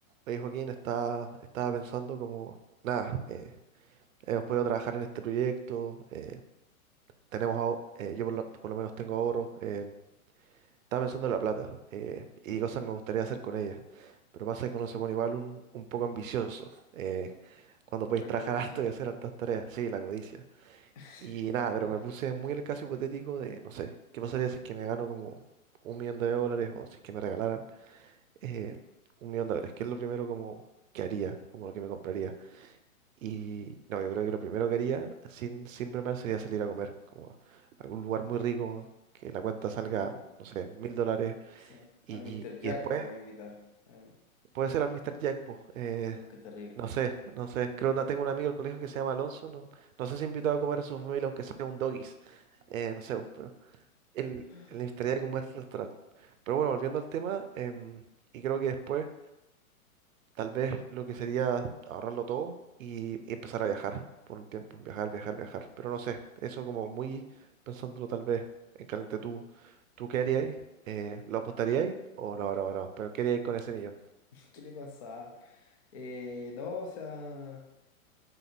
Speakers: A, on the right; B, on the left.
A: Oye, Joaquín, está estaba pensando como, nada, eh, hemos podido trabajar en este proyecto, eh, tenemos, aho- eh, yo por lo, por lo menos tengo ahorros, eh, estaba pensando en la plata eh, y cosas me gustaría hacer con ella, pero pasa que uno se pone igual un, un poco ambicioso eh, cuando podéis
B: La
A: trabajar
B: codicia.
A: <laughs> harto y hacer hartas tareas, sí, la codicia.
B: <laughs>
A: Y nada, pero me puse muy en el caso hipotético de, no sé, ¿qué pasaría si es que me gano como un millón de dólares o si es que me regalaran eh, un millón de dólares? ¿Qué es lo primero como que haría, como lo que me compraría? Y no, yo creo que lo primero que haría, sin, sin bromear, sería salir a comer, como a algún lugar muy rico, que la cuenta salga,
B: Ah,
A: no sé, mil dólares.
B: sí.
A: Y,
B: Al Mr. Jack
A: y después
B: los va a invitar. Ah,
A: puede ser al Mr. Jack, po, eh,
B: como que terrible.
A: no sé, no sé. Creo que tengo un amigo del colegio que se llama Alonso, no, no sé si invitado a comer a su familia, aunque sea un doggies, eh, no sé, po, pero el,
B: <laughs>
A: el Mr. Jack es un buen restaurante. Pero bueno, volviendo al tema, em, y creo que después. Tal vez lo que sería ahorrarlo todo y, y empezar a viajar por un tiempo. Viajar, viajar, viajar. Pero no sé, eso como muy pensándolo tal vez en caliente. ¿Tú, tú qué haríais? Eh, ¿lo apostaríais? O no, no, no. Pero ¿qué haríais con ese millón?
B: ¿Qué le pasa? Eh, no, o sea,